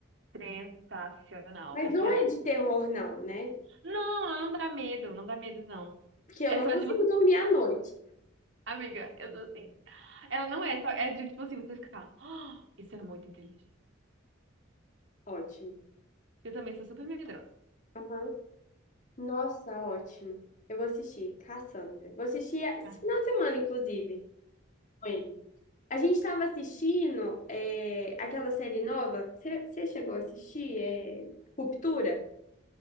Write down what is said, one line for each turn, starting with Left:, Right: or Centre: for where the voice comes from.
Right: sensacional.
Left: Mas
Right: Eu
Left: não
Right: fiquei assim,
Left: é de terror, não, né?
Right: não, ela não dá medo, não dá medo não.
Left: Porque eu
Right: É
Left: não
Right: só
Left: consigo
Right: de você,
Left: dormir à noite.
Right: amiga, eu tô assim. Ela não é só, é de tipo assim, você ficar, "Ah, isso é muito inteligente.
Left: Ótimo.
Right: Eu também sou super medrosa.
Left: Aham. Nossa, ótimo. Eu vou assistir Cassandra. Vou assistir esse
Right: Ah.
Left: final de semana, inclusive, com ele. A gente estava assistindo é, aquela série nova. Você chegou a assistir? É, Ruptura?